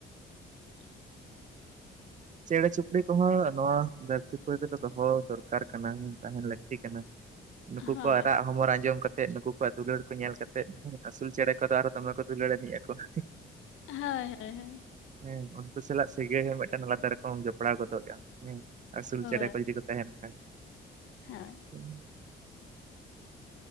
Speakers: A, on the left (about 80°); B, on the right (about 40°).
A: <unintelligible>
B: ᱪᱮᱬᱮ ᱪᱩᱯᱲᱤ ᱠᱚᱦᱚᱸ ᱱᱚᱣᱟ ᱫᱷᱟᱹᱨᱛᱤ ᱯᱩᱨᱤ ᱨᱮᱫᱚ ᱫᱚᱦᱚ ᱫᱚᱨᱠᱟᱨ ᱠᱟᱱᱟ ᱛᱟᱦᱮᱱ ᱞᱟᱹᱠᱛᱤ ᱠᱟᱱᱟ ᱾ ᱱᱩᱠᱩ
A: ᱦᱳᱭ
B: ᱠᱚᱣᱟᱜ ᱨᱟᱜ ᱦᱚᱢᱚᱨ ᱟᱸᱡᱚᱢ ᱠᱟᱛ ᱱᱩᱠᱩ ᱠᱚᱣᱟᱜ ᱫᱩᱞᱟᱹᱲ ᱠᱚ ᱧᱮᱞ ᱠᱟ ᱠᱟᱛᱮᱫ, ᱟᱹᱥᱩᱞ ᱪᱮᱬᱮ ᱠᱚᱫᱚ ᱟᱨᱚ ᱫᱚᱢᱮ ᱠᱚ ᱫᱩᱞᱟᱹᱲ ᱟᱹᱱᱤᱡ ᱟᱠᱚ ᱾
A: ᱦᱳᱭ ᱦᱳᱭ ᱦᱳᱭ ᱾
B: ᱦᱮᱸ ᱩᱱᱠᱩ ᱥᱟᱞᱟᱜ ᱥᱟᱹᱜᱟᱹᱭ ᱦᱚᱸ ᱢᱤᱫᱴᱮᱱ ᱟᱞᱟᱫᱟ ᱨᱚᱠᱚᱢ ᱡᱚᱯᱲᱟᱣ ᱜᱚᱫᱚᱜ ᱜᱮᱭᱟ ᱾ ᱦᱩᱸ ᱟᱹᱥᱩᱞ
A: ᱦᱳᱭ
B: ᱪᱮᱬᱮ ᱠᱚ ᱡᱩᱫᱤ ᱠᱚ ᱛᱟᱦᱮᱱ ᱠᱷᱟᱱ ᱾
A: ᱦᱳᱭ ᱾
B: <unintelligible>